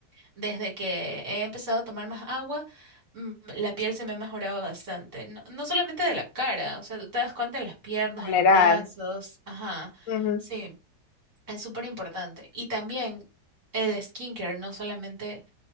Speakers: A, on the right; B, on the left.
A: desde que he empezado a tomar más agua, mm, la piel se me ha mejorado bastante. No, no solamente de la cara, o sea, tú te das cuenta en las piernas,
B: en general.
A: en los brazos. Ajá,
B: Ujú.
A: sí, es súper importante. Y también el skincare, no solamente